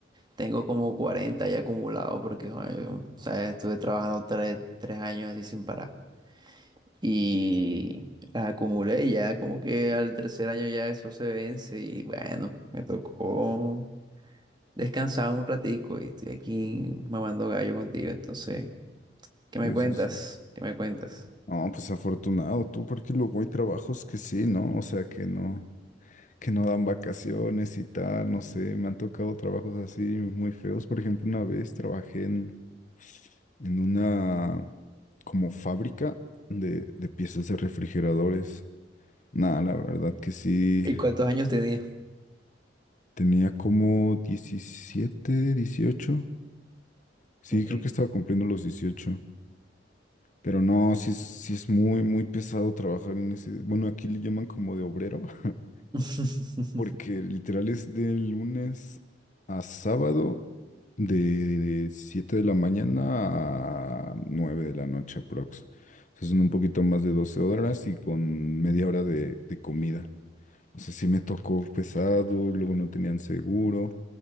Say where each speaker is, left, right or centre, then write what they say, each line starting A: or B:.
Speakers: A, on the right (about 25°); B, on the left (about 40°).
A: tengo como 40 ya acumulados porque, joder, yo, o sea, estuve trabajando tres, tres años así sin parar. Y las acumulé y ya como que al tercer año ya eso se vence y bueno, me tocó descansaba un ratico y estoy aquí mamando gallo contigo. Entonces, ¿qué me
B: Sí,
A: cuentas?
B: sí, sí.
A: ¿Qué me cuentas?
B: No, pues afortunado tú, porque luego hay trabajos que sí, ¿no? O sea, que no, que no dan vacaciones y tal, no sé, me han tocado trabajos así muy feos. Por ejemplo, una vez trabajé en, en una como fábrica de, de piezas de refrigeradores. Nada, la verdad que sí,
A: ¿Y cuántos años tenía?
B: tenía como diecisiete dieciocho Sí,
A: Ok.
B: creo que estaba cumpliendo los dieciocho Pero no, sí es, sí es muy, muy pesado trabajar en ese. Bueno, aquí le llaman como de obrero, <laughs>
A: <laughs>
B: porque literal es de lunes a sábado, de 7 de la mañana a 9 de la noche, aprox. O sea, son un poquito más de 12 horas y con media hora de, de comida. O sea, sí me tocó pesado, luego no tenían seguro.